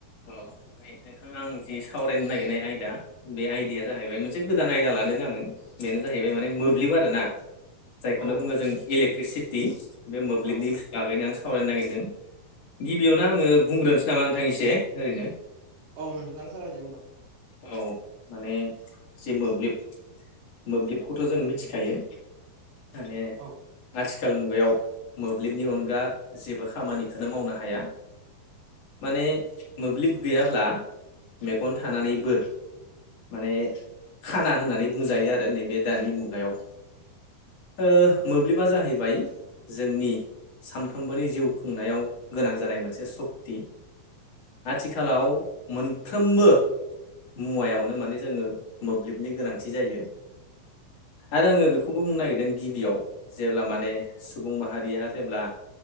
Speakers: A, on the left; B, on the right.
A: अ ओमफ्राय नोंथाङा आं जि सावरायनो नागिरनाय आयदा बे आयदाया जाहैबाय मोनसे गोदान आयदा लादों आङो बेनो जाहैबाय माने मोब्लिब आरोना। जायखौनो
B: औ नोंथां
A: बुङो जों इलेक्ट्रिसिटि बे मोब्लिबनि
B: औ
A: लागायनो आं सावरायनो नागिरदों गिबियावनो आङो बुंग्रोनोसै नामा नोंथां एसे ओरैनो
B: औ नोंथाङा जागायदो होमबा।
A: औ माने जे मोब्लिब मोब्लिबखौथ' जोंङो मिथिखायो माने आथि
B: औ
A: आथिखाल मुगायाव मोब्लिबनि अनगा जेबो खामानिखोनो मावनो हाया। माने मोब्लिब गैयाब्ला मेगन थानानै बो माने खाना होननानै बुंजायो आरो नैबे दानि मुगायाव। ओ मोब्लिबा जाहैबाय जोंनि सानफ्रोमबोनि जिउ खुंनायाव गोनां जानाय मोनसे सक्ति आथिखालाव मोनफ्रोमबो मुवायावनो माने जोङो मोब्लिबनि गोनांथि जायो। आरो आङो बेखौबो बुंनो नागिरदों गिबियाव जेब्ला माने सुबुं माहारिया जेब्ला